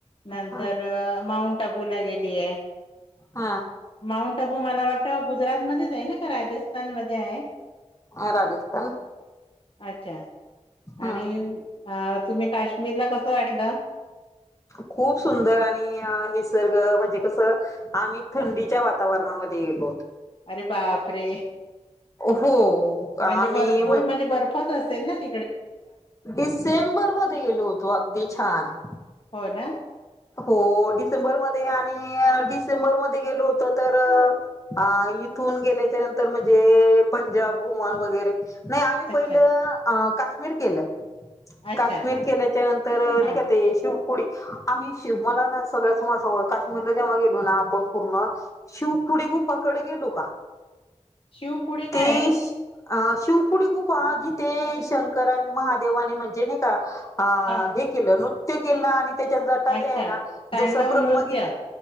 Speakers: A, on the left; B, on the left.
A: नंतर
B: हा
A: माऊंट आबूला गेलीये.
B: हा
A: माऊंट आबू मला वाटत गुजरात मध्येच आहे ना का? राजस्थान मध्ये आहे.
B: अ राजस्थान.
A: अच्छा! अच्छा!
B: हम्म
A: आणि अ तुम्ही काश्मीरला कसं वाटलं?
B: खूप सुंदर आणि निसर्ग म्हणजे कसं आम्ही थंडीच्या वातावरणामध्ये गेलोत.
A: अरे! बाप रे
B: हो आम्ही
A: म्हणजे भरपूर म्हणजे, बर्फच असेल ना त
B: डिसेंबर मध्ये गेलो होतो, अगदी छान!
A: हो ना
B: हो डिसेंबरमध्ये आणि डिसेंबरमध्ये गेलो होतो तर अ इथून गेल्याच्या नंतर म्हणजे पंजाब ओमान वगैरे. नाही आम्ही
A: अच्छा
B: पहिलं काश्मीर केलं.
A: अच्छा
B: काश्मीर केल्याच्या नंतर
A: हा
B: नाही, का ते शिवपुडी. आम्ही शिव मला ना सगळ्याच मण सळं काश्मीरला जेव्हा गेलो ना, आपण पूर्ण शिव पुढे गूप कडे गेलो का?
A: शिव पुढे
B: ते
A: काय?
B: अ शिवकुडी गूपा जिथे शंकरा महादेवाने म्हणजे नाही का? ह
A: हा
B: हे केलं नृत्य केलं ना आणि त्याच्या जटा
A: अच्छा
B: जे आहे ना
A: तांडव
B: जसं ब्रम्हगीत
A: नृत्य